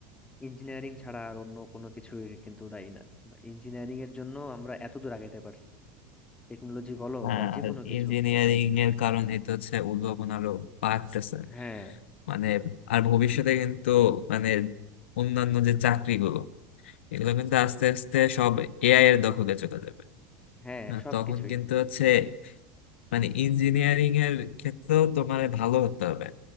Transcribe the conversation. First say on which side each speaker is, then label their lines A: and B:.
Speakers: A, on the left; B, on the left.
A: ইঞ্জিনিয়ারিং ছাড়া আর অন্য কোনো কিছুই কিন্তু দায়ী না ইঞ্জিনিয়ারিং এর জন্য আমরা এত দূর আগাতে পারছি টেকনোলজি বলো
B: হ্যাঁ
A: বা যে
B: আর
A: কোনো কিছু
B: ইঞ্জিনিয়ারিং এর কারণে তো হচ্ছে উদ্ভাবন আরো বাড়তেছে
A: হ্যাঁ
B: মানে আর ভবিষ্যতে কিন্তু মানে অন্যান্য যে চাকরিগুলো এগুলো কিন্তু আস্তে আস্তে সব এআই এর দখলে চলে যাবে
A: হ্যাঁ
B: হ্যাঁ
A: সবকিছুই
B: তখন কিন্তু হচ্ছে মানে ইঞ্জিনিয়ারিং এর ক্ষেত্রেও তোমার ভালো হতে হবে